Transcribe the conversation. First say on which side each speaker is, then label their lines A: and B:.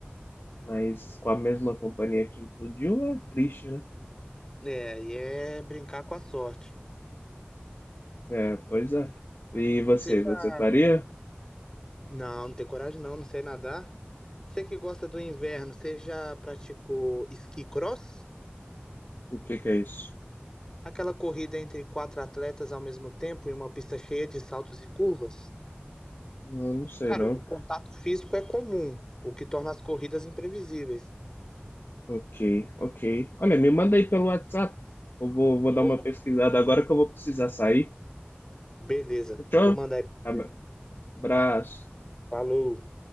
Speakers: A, on the left (about 65°); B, on the left (about 20°).
A: Mas com a mesma companhia que implodiu é triste, né?
B: É, e é brincar com a sorte.
A: É, pois é. E você,
B: Você já.
A: você faria?
B: Não, não tem coragem não, não sei nadar. Você que gosta do inverno, você já praticou esqui cross?
A: O que que é isso?
B: Aquela corrida entre quatro atletas ao mesmo tempo em uma pista cheia de saltos e curvas.
A: Não, não sei
B: Cara,
A: não.
B: o contato físico é comum, o que torna as corridas imprevisíveis.
A: Ok, ok. Olha, me manda aí pelo WhatsApp. Eu vou, vou
B: Vamos.
A: dar uma pesquisada agora que eu vou precisar sair.
B: Beleza,
A: Fechou?
B: vou mandar aí pra
A: Abra-
B: você. ver.
A: Abraço.
B: Falou.